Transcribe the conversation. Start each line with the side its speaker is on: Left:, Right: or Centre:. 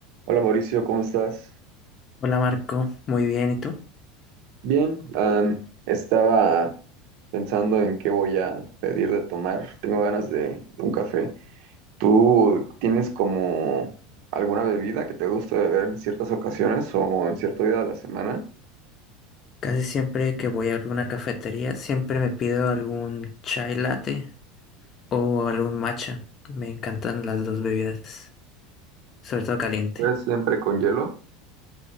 Right: Hola Mauricio, ¿cómo estás?
Left: Hola Marco, muy bien, ¿y tú?
Right: Bien, am, estaba pensando en qué voy a pedir de tomar. Tengo ganas de, un café. ¿Tú tienes como alguna bebida que te guste beber en ciertas ocasiones o en cierto día de la semana?
Left: Casi siempre que voy a alguna cafetería, siempre me pido algún chai latte o algún matcha. Me encantan las dos bebidas, sobre todo caliente.
Right: ¿Es siempre con hielo?